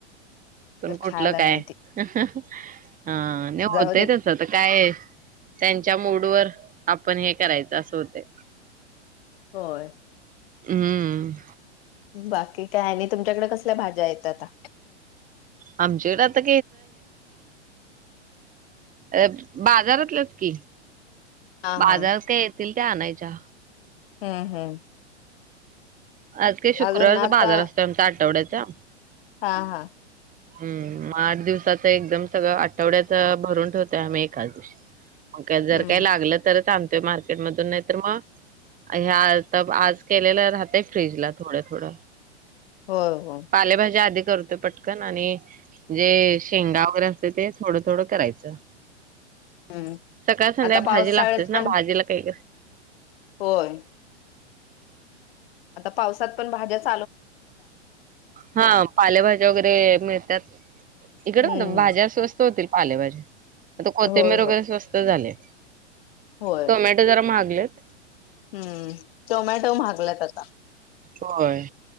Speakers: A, on the right; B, on the left.
A: पण
B: तर
A: कुठलं
B: खायला
A: काय,
B: नाही ती.
A: ह ह, हा ते
B: जाऊ
A: होतय
B: दे
A: तस आता काय त्यांच्या मूडवर आपण हे करायचं असं होतंय.
B: होय.
A: हम्म
B: बाकी काय आणि तुमच्याकडे कस. कसल्या भाज्या आहेत आता.
A: आमच्याकडे आता आ बाजारातल्याच की.
B: हा
A: बाजारात
B: हा
A: काय येतील त्या आणायच्या.
B: हम्म हम्म
A: आज काही शुक्रवारचा
B: अजून आता
A: बाजार असतोय आमचा आठवड्यात. जा.
B: हा हा.
A: हम्म म आठ दिवसात. च एकद सगळ आठवड्यात. च भरून ठेवोय आम्ही एकाद दिवशी मग काय जर
B: हम्म
A: काय लागलं तर काम ते मार्केटमधून येत. तर म घ्या तब आज केलेलं राहते. फ्रिजला थोडे थोड.
B: होय हो
A: पालेभाज्या आधी करतो. पटक पण आणि जे शेंगा वगैरे असते ते थोडं थोडं करायचं.
B: हम्म
A: सकाळ संध्या
B: आता पावसाळ्यात
A: भाजी लागतेच ना
B: पण
A: भाजीला काही
B: होय. आता पावसात पण भाज्याच
A: हा पालेभाज्या वगैरे मिळ त्यात इकड
B: हम्म
A: न भाज्या स्वस्त होतील. पालेभाज्या आता कोथिंबीर
B: होय हो
A: वगैरे स्वस्त झाले.
B: होय
A: टोमॅटो जरा महागलेत.
B: हम्म टोमॅटो महागलात आता.
A: होय.